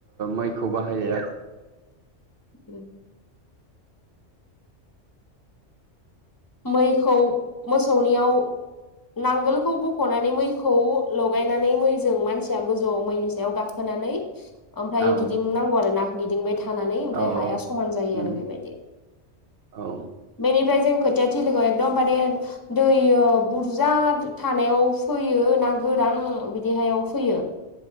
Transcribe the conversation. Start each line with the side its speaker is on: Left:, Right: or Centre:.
Right: मैखौ बाहायो
Left: उम मैखौ मोसौनियाव नांगोलखौ बखनानै मैखौ लगायनानै मैजों मानसिया गोजौआव मैनि सायाव गाखोनानै ओमफ्राय
Right: औ
Left: गिदिंनांगौ आरो ना गिदिंबाय थानानै
Right: औ
Left: हाया समान जायो
Right: उम
Left: आरो बेबायदि
Right: औ
Left: बेनिफ्राय जों खोथियाथिलिखौ एकदमबारे दै बुरजा थानायाव फैयो ना गोरान बिदिहायाव फैयो